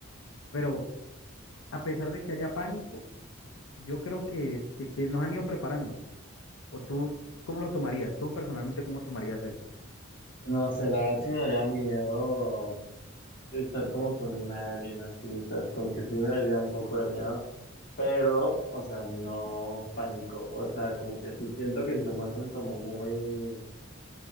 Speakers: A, on the left (about 80°); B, on the left (about 40°).
A: Pero a pesar de que haya pánico, yo creo que, que, que nos han ido preparando. ¿O tú cómo lo tomarías? ¿Tú personalmente cómo tomarías esto?
B: No sé, la verdad sí me daría miedo estar como con una alien así, o sea, es como que sí me daría un poco de miedo, pero, o sea, no pánico, o sea, como que sí siento que si se muestran como muy,